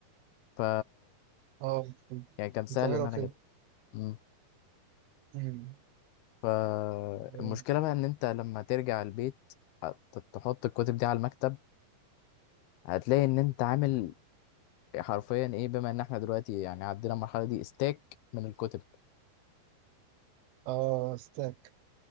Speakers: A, on the left; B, on the right.
A: ف
B: اه
A: يعني كان سهل
B: في القاهره
A: ان
B: وكده
A: انا اجيبها مم.
B: مم.
A: فالمشكله
B: اه
A: بقى ان انت لما ترجع البيت هت- تحط الكتب دي على المكتب هتلاقي ان انت عامل حرفيا ايه بما ان احنا دلوقتي يعني عدينا المرحله دي استاك من الكتب
B: آه، ستاك